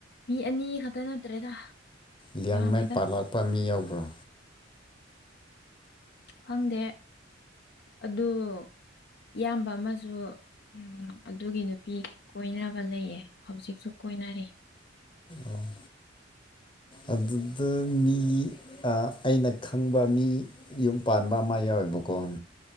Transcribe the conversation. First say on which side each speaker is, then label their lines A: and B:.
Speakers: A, on the left; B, on the left.
A: ꯃꯤ ꯑꯅꯤ ꯈꯛꯇ ꯅꯠꯇ꯭ꯔꯦꯗ
B: ꯂꯌꯥꯡꯃꯥꯏ
A: ꯌꯥꯝꯃꯦꯗ
B: ꯄꯥꯜꯂꯛꯄ ꯃꯤ ꯌꯥꯎꯕ꯭ꯔꯥ
A: ꯈꯪꯗꯦ ꯑꯗꯨ ꯏꯌꯥꯝꯕ ꯑꯃꯁꯨ ꯎꯝ ꯑꯗꯨꯒꯤ ꯅꯨꯄꯤ ꯀꯣꯏꯅꯕ ꯂꯩꯌꯦ ꯍꯧꯖꯤꯛꯁꯨ ꯀꯣꯏꯅꯔꯤ
B: ꯑꯣ ꯑꯗꯨꯗ ꯃꯤ ꯑꯩꯅ ꯈꯪꯕ ꯃꯤ ꯌꯨꯝ ꯄꯥꯟꯕ ꯑꯃ ꯌꯥꯎꯋꯦꯕ ꯀꯣꯟ